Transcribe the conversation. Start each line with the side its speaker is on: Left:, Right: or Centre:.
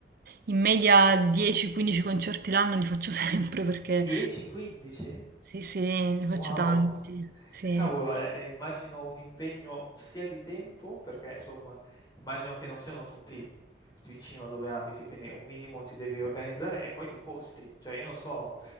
Right: in media 10-15 concerti l'anno li faccio <laughs> sempre perché
Left: 10-15?
Right: sì, sì, ne faccio
Left: Wow,
Right: tanti.
Left: ma
Right: Sì.
Left: cavolo, eh, eh, immagino un impegno sia di tempo, perché insomma, immagino che non siano tutti vicino a dove abiti, quindi un minimo ti devi organizzare e poi di costi. Cioè, io non so,